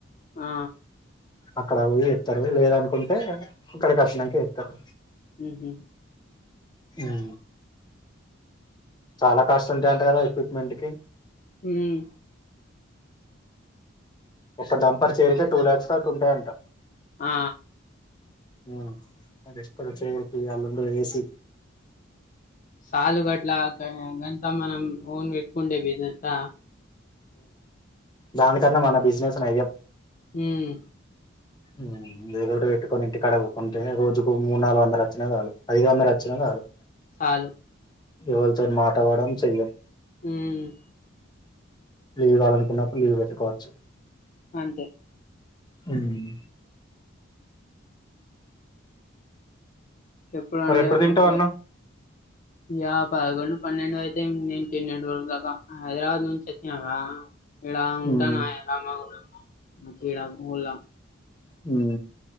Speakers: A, on the left (about 40°); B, on the left (about 20°).
A: ఆ
B: అక్కడ పోయి ఎప్తరు లేదనుకుంటే ఇక్కడికి వచ్చినకే ఎత్తరు
A: హు హ్మ్
B: హా చాలా కాస్ట్ ఉంటాయి అంటా కదా ఎక్విప్మెంట్ కి
A: హ్మ్
B: ఒక డంపర్ చైర్ కే టూ ల్యాక్స్ దాకా ఉంటాయంట
A: ఆ
B: ఆ అది ఎక్స్పర్ చైర్ కి అల్లం లో ఏసి
A: సాలు గట్లా గంతా మనం ఓన్ పెట్టుకుండే బిజినెస్ తా
B: దానికన్నా మన బిజినెస్ నయం
A: హ్మ్
B: హ్మ్ ఏదోటి పెట్టుకొని ఇంటి కాడ ఊకుంటే రోజుకు మూడు, నాలుగు వందలు వచ్చినా చాలు ఐదు వందలు వచ్చిన. చాలు
A: సాలు
B: ఎవలితో మాట పడం చెయ్యం
A: ఉమ్
B: లీవ్ కావాలనుకున్నప్పుడు లీవ్ పెట్టుకోవచ్చు.
A: అంతే
B: హ్మ్
A: ఎప్పుడు
B: మరి
A: అంటే అప్పుడు
B: తింటావు
A: పోత్
B: అన్నం
A: ఇగ పదకొండు పన్నెండు అయితే నేన్ నిన్నటి వరకు దాకా హైదరాబాద్ నుంచి వచ్చినక ఇడ ఉంటానా
B: హ్మ్
A: ఎల్లమ్మ గుడి లో. ఇంక ఈడ గుళ్ళ
B: హూ